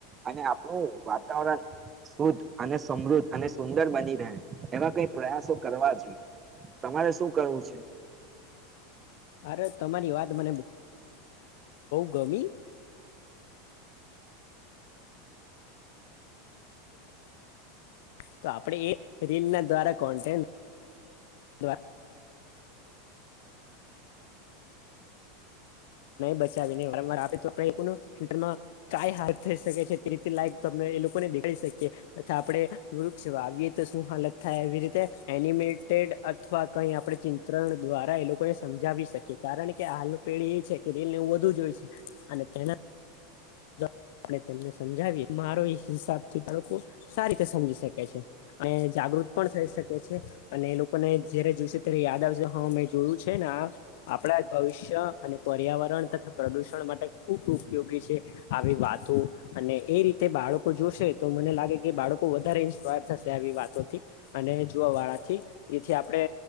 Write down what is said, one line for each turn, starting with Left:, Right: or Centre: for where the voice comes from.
Right: અને આપણું વાતાવરણ શુદ્ધ અને સમૃદ્ધ અને સુંદર બની રહે, એવા કઈ પ્રયાસો કરવા જોઈએ, તમારે શું કરવું છે?
Left: અરે તમારી વાત મને બહ ગમી, તો <unintelligible> આપણે એ રીલ ના દ્વારા કોન્ટે <unintelligible> બચાવીને વારવાર તો ફમાં ક હાલત થઈ શકે છે તે રીતે લાયકને એ લોકોને દેખાડી શકીએ તથા આપણે વૃક્ષ વાવીએ તો શું હાલત થાય એ રીતે એનિમેટેડ <unintelligible> અથવા કઈ આપણે ચિંત્રણ દ્વારા એ લોકોને સમજાવી શકીએ કારણ કે હાલનું પેઢી એ છે કે રેલનેવું વધુ જો હોય છે, અને તેના આપ તેમને સમજાવીએ મારો એ હિસાબ થી લોકો સારી રીતે સમજી શકે છે, અને જાગૃત પણ થઈ શકે છે, અને એ લોકોને જયારે જોઈશે ત્યારે યાદ આવશે હા મેં જોયું છે ને આપણા ભવિષ્ય અને પર્યાવરણ તથા પ્રદુષણ માટે ખૂબ ઉપયોગી છે આવી વાત તો અને એ રીતે બાળકો જોશે તો મને લાગે કે બાળકો વધારે ઈન્સ્પાયર થશે આવી વાતોથી અને જોવા વાળાથી એથી આપણે